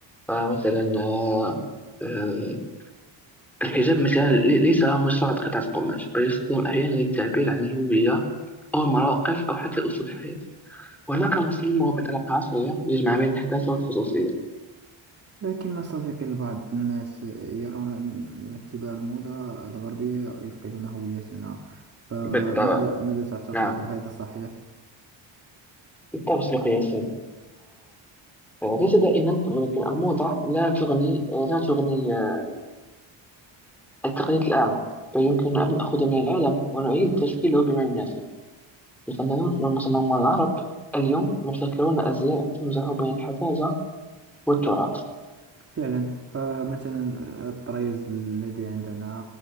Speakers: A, in the centre; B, on the right.
A: فمثلا آه، آه، الحجاب مثلا لي- ليس مجرد قطعة قماش بل يستخدم أحيانا للتعبير عن الهوية أو المواقف أو حتى أسلوب الحياة وهناك مسلم هو بطريقة عصرية يجمع بين الحداثة والخصوصية
B: لكن صديقي البعض الناس يرون أن أن اتباع الموضة الغربية يفقدون هويتنا فماذا
A: بالطبع
B: ماذا تعتقد
A: نعم
B: هل هذا صحيح؟
A: بالطبع صديقي ياسين آه، ليس دائما ولكن الموضة لا تغني آه، لا تغني آه، التقليد الأعمى بل يمكننا أن نأخذ من العالم ونعيد تشكيله بما يناسب الفنانون والمصممون العرب اليوم يبتكرون أزياء تمزح بين الحداثة والتراث
B: فعلا فمثلا الطريز الذي عندنا